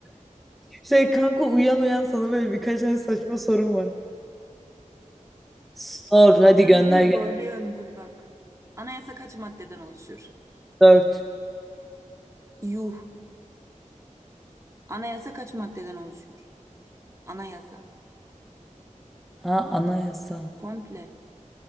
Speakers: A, in the centre; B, on the right.
A: Şey kanka uyan uyan sana böyle birkaç tane saçma sorum var. Sor hadi
B: Sen
A: gönder
B: beni
A: gel.
B: zorluyorsun dur bak. Anayasa kaç maddeden oluşur?
A: Dört.
B: Yuh. Anayasa kaç maddeden oluşur? Anayasa.
A: Ha anayasa.
B: Komple.